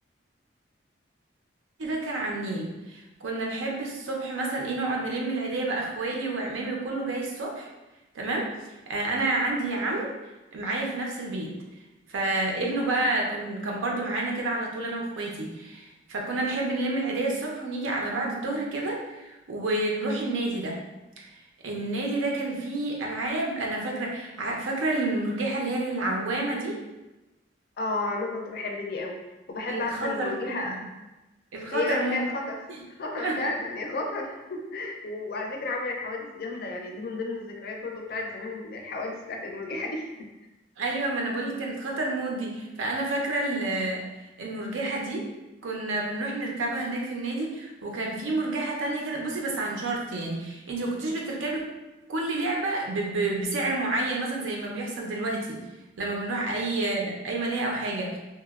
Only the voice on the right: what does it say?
ده كان على النيل كنا نحب الصبح مثلا ايه نقعد نلم العيديه بقى اخوالي وعمامي وكله جاي الصبح تمام آه، انا عندي عم معايا في نفس البيت فابنه بقى كان كان برضو معانا كده على طول انا واخواتي فكنا نحب نلم العيديه الصبح ونيجي على بعد الظهر كده ونروح النادي ده النادي ده كان فيه العاب انا فاكره ع- فاكره المرجحه اللي هي العوامه دي
الخطر
مود دي الخطر
مود
<laughs>
ايوه ما انا بقولك كانت خطر مود دي فانا فاكره ال- المرجحه دي كنا بنروح نركبها هناك في النادي وكان في مرجحه تانية كده بصي بس عن شرط يعني انت ما كنتيش بتركبي كل لعبه ب ب بسعر معين مثلا زي ما بيحصل دلوقتي لما بنروح اي اي ملاهي او حاجه